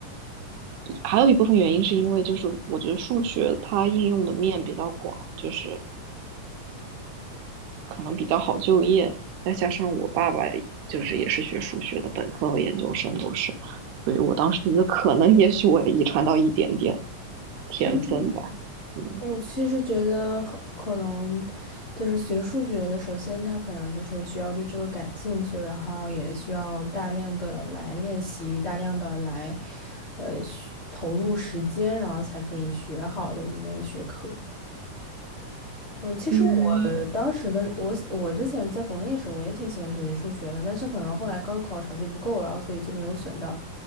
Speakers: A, on the right; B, on the left.
A: 还有一部分原因是因为就是我觉得数学它应用的面比较广，就是可能比较好就业，再加上我爸爸就是也是学数学的，本科和研究生都是，所以我当时觉得可能也许我遗传到一点点天分吧，
B: 嗯，
A: 嗯。
B: 我其实觉得很可能就是学数学的，首先他可能就是需要对这个感兴趣，然后也需要大量的来练习，大量的来呃学投入时间，然后才可以学好的一门学科。嗯，其实我当时的我，
A: 嗯，
B: 我之前在国内的时候，我也挺喜欢学习数学的，但是可能后来高考成绩不够，然后所以就没有选到